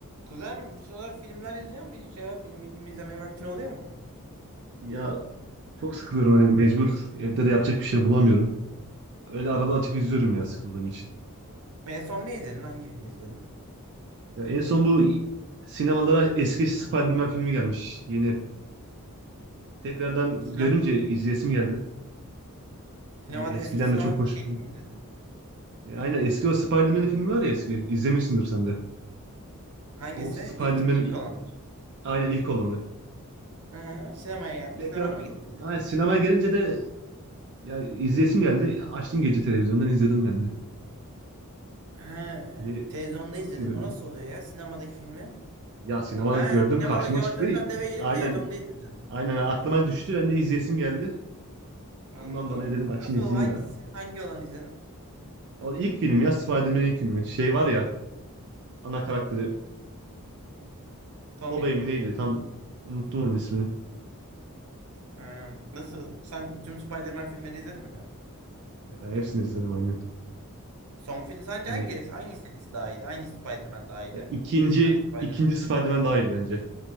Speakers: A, on the right; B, on the right.
A: Kuzen bu sıralar filmler izliyor mu hiç ya? Film, film izlemeye vaktin oluyor mu?
B: Ya çok sıkılıyorum hani mecbur evde de yapacak bir şey bulamıyorum. Öyle arada açıp izliyorum ya sıkıldığım için.
A: En son ne izledin? Hangi filmi izledin?
B: Ya en son bu sinemalara eski Spider-Man filmi gelmiş yeni. Tekrardan
A: Sinema,
B: görünce izleyesim geldi.
A: sinemada
B: Hani eskiden
A: eski sinema
B: de çok hoş.
A: şeyi mi izledin?
B: E, aynen eski o Spider-Man filmi var ya eski. İzlemişsindir sen de.
A: Hangisi?
B: O Spider-Man'in
A: İlk, ilk
B: i-
A: olanlar.
B: aynen ilk olanı.
A: Ha, sinemaya gelmiş.
B: Tekrar
A: Sinemada mı gidip izlediniz?
B: aynen, sinemaya gelince de ya izleyesim geldi. Açtım gece televizyondan izledim ben de.
A: Ha,
B: Hani
A: televizyonda
B: çok
A: izledin.
B: seviyordum.
A: O nasıl oluyor ya? Sinemadaki filmi?
B: Ya sinemada
A: Ha,
B: gördüm
A: sinemada
B: karşıma
A: gördün.
B: çıktı.
A: Sen de eve gelip
B: Aynen
A: televizyonda izledin.
B: Aynen aklıma düştü. Ben de izleyesim geldi.
A: Anladım.
B: Ondan dolayı dedim açayım
A: Nasıl?
B: izleyeyim
A: Hangisi?
B: yani.
A: Hangi olanı izledin?
B: O ilk film ya Spider-Man'in ilk filmi. Şey var ya ana karakteri
A: Tommy.
B: Tobey mi neydi? Tam unuttum onun ismini.
A: Ha, nasıl? Sen tüm Spider-Man filmlerini izledin mi?
B: Ya Ben hepsini izledim aynen.
A: Son film sence
B: Hani
A: hangi, hangi serisi daha iyiydi? Hangi Spider-Man daha iyiydi?
B: e, ikinci
A: Üç tane Spider-Man.
B: ikinci Spider-Man daha iyi bence.